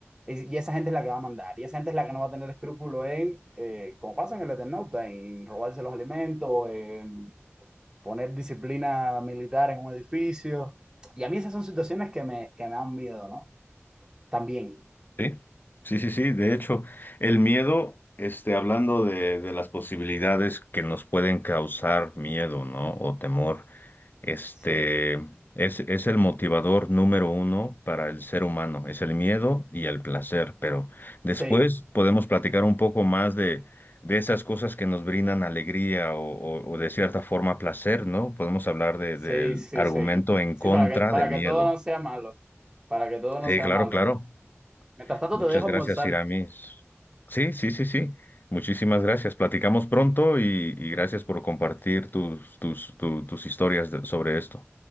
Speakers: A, on the right (about 15°); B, on the left (about 45°).
A: Es- Y esa gente es la que va a mandar, y esa gente es la que no va a tener escrúpulo en, eh, como pasa en el Eternauta, en robarse los alimentos, en poner disciplina militar en un edificio. Y a mí esas son situaciones que me, que me dan miedo, ¿no? También.
B: Sí, sí, sí, sí. De hecho, el miedo, este, hablando de, de las posibilidades que nos pueden causar miedo, ¿no? O temor. Este
A: Sí,
B: es, es el motivador número uno para el ser humano, es el miedo y el placer, pero después
A: sí,
B: podemos platicar un poco más de, de esas cosas que nos brindan alegría o, o- o de cierta forma placer, ¿no? Podemos hablar de-
A: sí,
B: del
A: sí,
B: argumento
A: sí.
B: en
A: Sí,
B: contra
A: para que, para
B: del
A: que
B: miedo.
A: todo no sea malo, para que todo no
B: Sí,
A: sea
B: claro,
A: malo.
B: claro.
A: Mientras tanto,
B: Muchas
A: te dejo
B: gracias,
A: almorzar.
B: Iramis. Sí, sí, sí, sí. Muchísimas gracias. Platicamos pronto y, y gracias por compartir tus, tus, tu- tus historias de- sobre esto.